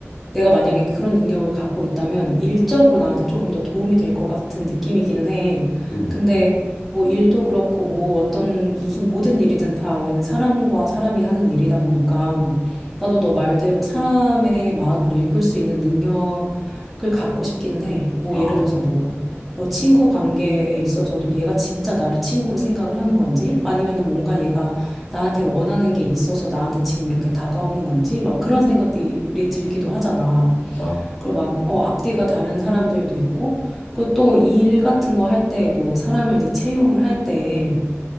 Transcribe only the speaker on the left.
응,
아,
맞아.